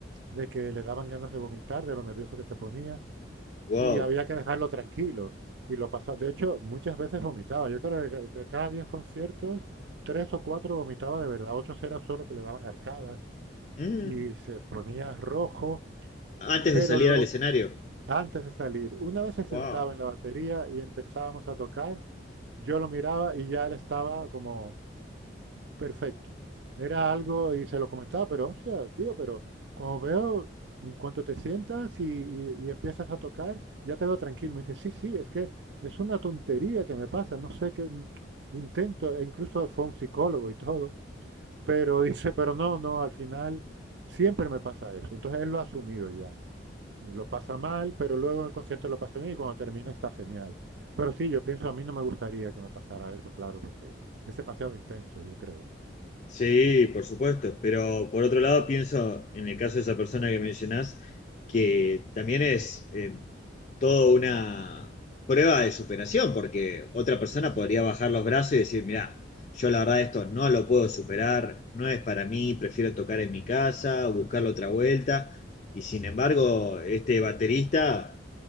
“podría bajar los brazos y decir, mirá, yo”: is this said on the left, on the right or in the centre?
Left